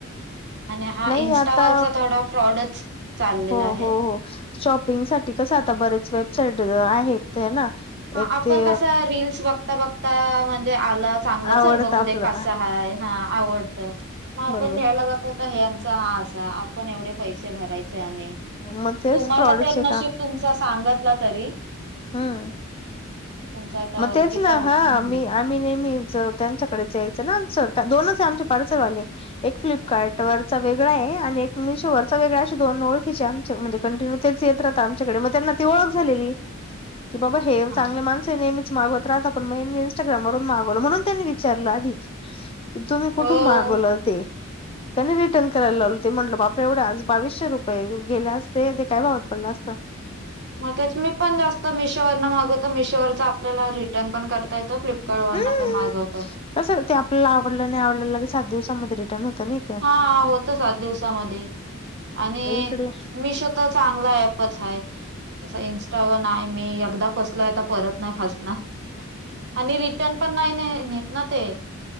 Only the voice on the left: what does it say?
नाई
आता
हो
हो हो शॉपिंगसाठी कस आता बरेच वेबसाईट आहेत ना
एक
ते
आवडत
आपलं
बरोबर
मग तेच
फ्रॉडचे
हम
मग
तेच ना
हा,
मी-आम्ही नेहमीच त्यांच्याकडेच जायच ना आमचं दोनच आहे आमचे पार्सलवाले एक फ्लिपकार्ट वरचा वेगळा आहे आणि एक मिशोवरचा वेगळा आहे, असे दोन ओळखीचे आमच्या म्हणजे कंटिन्यू तेच येत राहातात आमच्याकडे, मग त्यांना ती ओळख झालेली की बाबा हे
चांगले माणसं आहे, नेहमीच मागवत राहतात पण मग ह्यांनी इंस्टाग्रामवरून मागवलं म्हणून त्यांनी विचारलं आधी की, तुम्ही कुठून
मागवलं ते. त्यांनी रिटर्न करायला लावलं. ते म्हंटलं बापरे! एवढे आज बावीसशे रुपये गेले असते, ते काय भावात पडलं असतं
हम्..
कसं ते आपल्याला, आवडलं नाही आवडलं लगेच सात दिवसांमध्ये रिटर्न होतं नाही का
इकडे